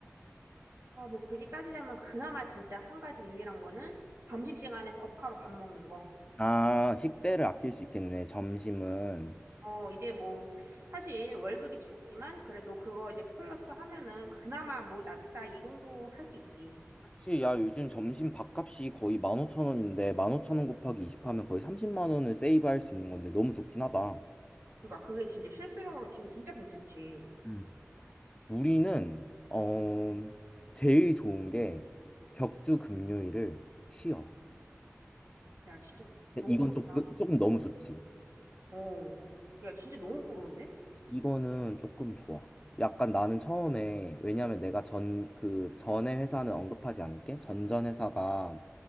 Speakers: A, on the right (about 60°); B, on the left (about 20°).
A: 아, 뭐 굳이 따지자면 그나마 진짜 한 가지 유일한 거는 점심시간에 법카로 밥 먹는 거.
B: 아, 식대를 아낄 수 있겠네, 점심은.
A: 어, 이제 뭐 사실 월급이 적지만 그래도 그거 이제 플러스 하면은 그나마 뭐 낫다 이 정도 할 수 있지.
B: 그치, 야, 요즘 점심 밥값이 거의 15,000원인데, 15,000원 곱하기 20 하면 거의 30만 원을 세이브할 수 있는 건데, 너무 좋긴 하다.
A: 그러니까 그게 진짜 실수령으로 치면 진짜 괜찮지.
B: 음. 우리는, 어, 제일 좋은 게 격주 금요일을 쉬어.
A: 야, 진짜
B: 근데
A: 너무
B: 이건
A: 부럽다.
B: 좀, 조금 너무 좋지.
A: 어. 야, 진짜 너무 부러운데?
B: 이거는 조금 좋아. 약간 나는 처음에, 왜냐면 내가 전, 그 전에 회사는 언급하지 않을게. 전전 회사가